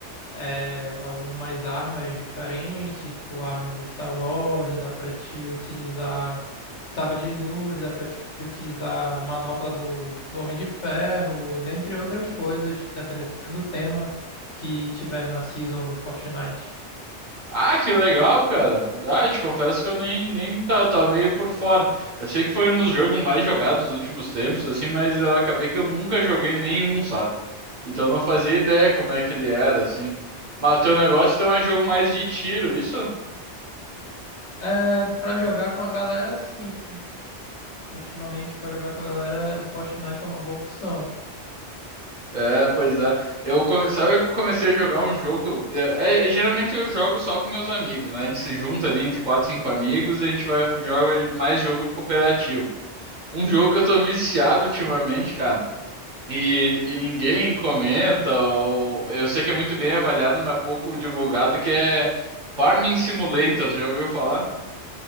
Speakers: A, on the left (about 75°); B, on the right (about 45°).
A: é, algumas armas diferentes, tipo armas do Star Wars, dá pra te utilizar sabre de luz, dá pra te utilizar manopla do, do Homem de Ferro, dentre outras coisas, dependendo do tema que tiver na season do Fortnite.
B: Ah, que legal, cara. Ah, eu te confesso que eu nem, nem tá, tava meio por fora. Eu sei que foi um dos jogos mais jogados dos últimos tempos, assim, mas eu acabei que eu nunca joguei nenhum, sabe? Então eu não fazia ideia como é que ele era, assim. Mas teu negócio então é jogo mais de tiro, isso?
A: É, pra jogar com a galera, sim. Ultimamente, pra jogar com a galera, o Fortnite é uma boa opção.
B: É, pois é. Eu come... Sabe que eu comecei a jogar um jogo. É, é- é, geralmente eu jogo só com meus amigos, né? A gente se junta ali entre quatro, cinco amigos e a gente vai jogar mais jogo cooperativo. Um jogo que eu tô viciado ultimamente, cara. E, e ninguém comenta, ou- eu sei que é muito bem avaliado, mas pouco divulgado, que é Farming Simulator, já ouviu falar?